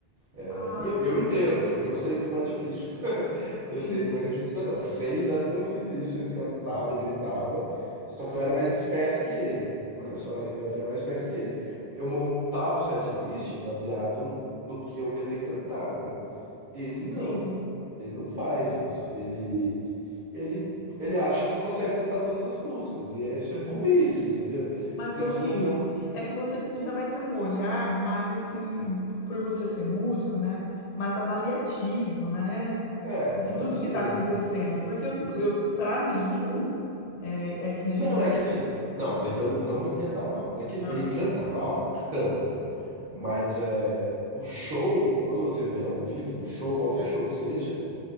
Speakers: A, on the right; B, on the left.
A: É,
B: Ah,
A: E eu, eu entendo, porque eu sei como é difícil. <laughs>
B: sim,
A: Eu sei como é que é difícil cantar. Por seis anos eu fiz isso, eu cantava e gritava, só que eu era mais esperto que ele. Olha só, eu era mais esperto que ele. Eu montava o setlist baseado no que eu ia ter que cantar, né? Ele não.
B: sim.
A: Ele não faz isso. Ele. ele, ele acha que consegue cantar todas as músicas. E é- isso é burrice, entendeu?
B: Mas,
A: Você
B: ô
A: precisa
B: Will,
A: ter um.
B: é que você já vai ter um olhar mais assim, por você ser músico, né? Mais avaliativo, né?
A: É,
B: De
A: pode
B: tudo
A: ser.
B: que tá acontecendo. Porque eu não, eu, para mim, é, é que nem.
A: Não, é que assim. Não, mas não, não me entenda mal. Não é que
B: Ah,
A: ele canta mal, canta. Mas é, o show, quando você vê ao vivo um show, qualquer show que seja.